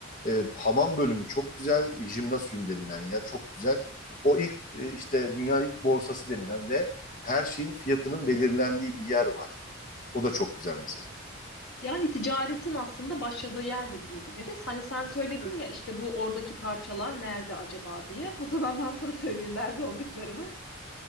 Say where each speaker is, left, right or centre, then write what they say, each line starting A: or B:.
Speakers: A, on the left (about 40°); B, on the left (about 80°).
A: E, hamam bölümü çok güzel, jimnasyum denilen yer çok güzel. O ilk e, işte dünyanın ilk borsası denilen ve her şeyin fiyatının belirlendiği bir yer var. O da çok güzel mesela.
B: Yani ticaretin aslında başladığı yerde diyebiliriz. Hani sen söyledin
A: Evet.
B: ya işte bu oradaki parçalar nerede acaba diye. O zaman ben sana söyleyeyim nerede olduklarını.